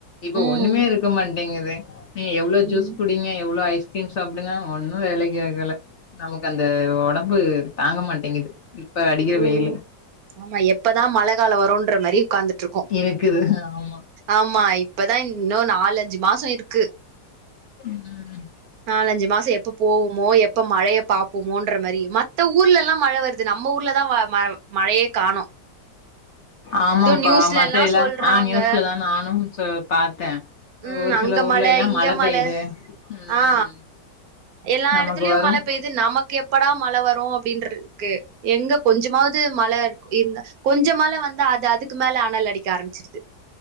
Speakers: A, on the left (about 55°); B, on the right (about 65°).
A: இப்ப
B: ம்
A: ஒன்னுமே இருக்க மாட்டேங்குது நீங்க எவ்ளோ
B: ம்
A: ஜூஸ் குடிங்க எவ்ளோ ஐஸ் கிரீம் சாப்டுங்க ஒன்னு வேலைக் கியாகல நமக்கு அந்த ஒடம்பு தாங்க மாட்டேங்குது இப்ப அடிக்கிற
B: ம்
A: வெய்லு
B: ஆமா எப்பதா மழை கால வருன்ற மாரி உக்காந்துட்ருக்கோ
A: இருக்குது ஆமா
B: ஆமா இப்பதா இன்னு நாலஞ்சு மாசோ இருக்கு
A: ம்
B: நாலஞ்சு மாச எப்ப போவுமோ எப்ப மழைய பாப்பமோன்ற மரி மத்த ஊர்லலாம் மழை வருது நம்ம ஊர்லதா ம மழையே காணு
A: ஆமாப்பா
B: நியூஸ்லல்லா
A: மத்தையில
B: சொல்றாங்க
A: ஆ நியூஸ்லதா நானு பாத்த அ
B: ம்
A: ஒரு
B: அங்க
A: சில ஊர்ல
B: மழ
A: எல்லா
B: இங்க
A: மழை
B: மழ
A: பெய்யுது ம்
B: ஆ எல்லா
A: நமக்கு
B: எடத்துலயு
A: வரு
B: மழை பெய்து நமக்கு எப்படா மழை வரு அப்டின்ற கு எங்க கொஞ்சமாவுது மழை இருக் இருந்தா கொஞ்ச மழ வந்த அது அதுக்கு க்கு மேல அனல் அடிக்க ஆரமிச்சிருது